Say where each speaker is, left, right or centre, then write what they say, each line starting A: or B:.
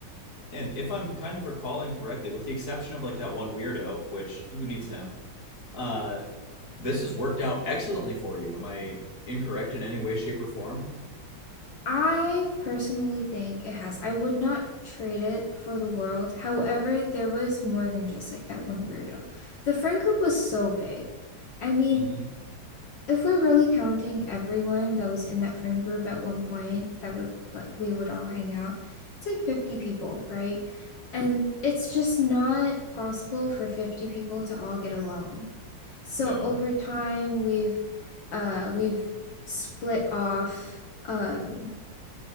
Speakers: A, on the left; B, on the left.
A: and if I'm kind of recalling correctly, with the exception of like that one weirdo, which who needs him, uh, this has worked out excellently for you. Am I incorrect in any way, shape, or form?
B: I personally think it has. I would not trade it for the world. However, there was more than just like that one weirdo. The friend group was so big. I mean,
A: Mm-hmm.
B: if we're really counting everyone that was in that friend group at one point, that would like we would all hang out, it's like 50 people, right? And it's just not possible for 50 people to all get along. So
A: No.
B: over time, we've uh we've split off um